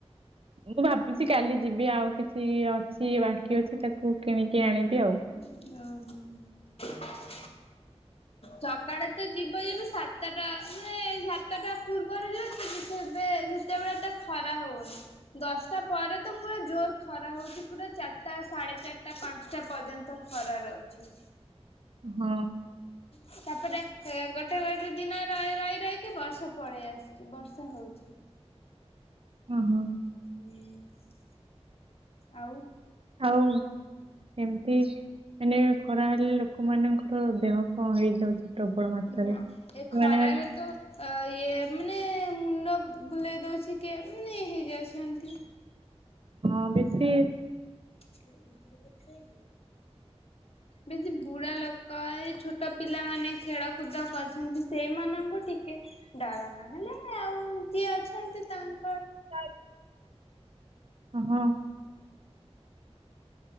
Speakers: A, on the right; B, on the left.
A: ମୁଁ ଭାବୁଛି କାଲି ଯିବି ଆଉ କିଛି ଅଛି ବାକି ଅଛି ତାକୁ କିଣିକି ଆଣିବି ଆଉ
B: ଓହୋ। ସକାଳେ ତ ଯିବ ଯେବେ ସାତେଟା ମାନେ ସାତଟା ପୂର୍ବୁ ପରୁ ଯିବ ସେବେ ସେତେବେଳେ ଏତେ ଖରା ହଉନି। ଦଶଟା ପରେ ତ ପୁରା ଜୋର ଖରା ହଉଚି ପୁରା ଚାରଟା ସାଢେ ଚାରଟା ପାଞ୍ଚଟା ପର୍ଯ୍ୟନ୍ତ ତ ଖରା ରହୁଛି।
A: ହଁ।
B: ତାପରେ ଏ ଗୋଟେ ଗୋଟେ ଦିନ ରହି ରହିକି ବର୍ଷା ପଳେଇ ଆସୁଛି ବର୍ଷା ହଉଛି।
A: ଉ ହୁଁ।
B: ହୁଁ। ଆଉ
A: ଆଉ ଏମିତି ମାନେ ଖରା ହେଲେ ଲୋକମାନଙ୍କର ଦେହ କଣ ହେଇଯାଉଛି। ପ୍ରବଳ ମାତ୍ରାରେ
B: ହଁ ଏ ଖରାରେ
A: ମାନେ
B: ତ ଅ ଇଏ ମାନେ ମୁଣ୍ଡ ବୁଲେଇ ଦଉଛି କିଏ ମାନେ ହେଇଯାଉଛନ୍ତି।
A: ହଁ ବେଶୀ
B: <unintelligible> ବେଶୀ ବୁଢା ଲୋକ କ ଏଇ ଛୋଟ ପିଲାମାନେ ଖେଳକୁଦ କରଛନ୍ତି ସେଇମାନଙ୍କୁ ଟିକେ ଡର ନହେଲେ ଆଉ ଯିଏ ଅଛନ୍ତି ତାଙ୍କ
A: <unintelligible> କହ?